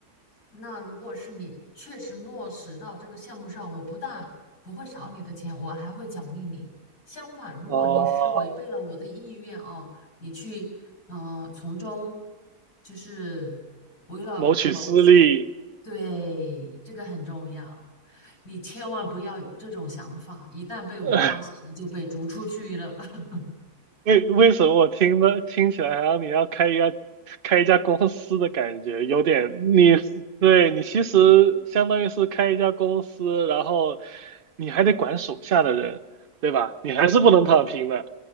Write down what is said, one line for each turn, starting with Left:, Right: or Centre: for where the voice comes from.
Left: 那如果是你确实落实到这个项目上，我不但不会少你的钱，我还会奖励你。相反，如果你是违背了我的意愿哦，
Right: 哦，
Left: 你去呃从中就是为了谋取，
Right: 谋取私利，
Left: 对，这个很重要。你千万不要有这种想法，一旦被我发现，
Right: <laughs>
Left: 你就被逐出去了。<laughs>
Right: 为为什么我听的听起来好像你要开一个开一家公司的感觉，有点你对你其实相当于是开一家公司，然后你还得管手下的人，对吧？你还是不能躺平的。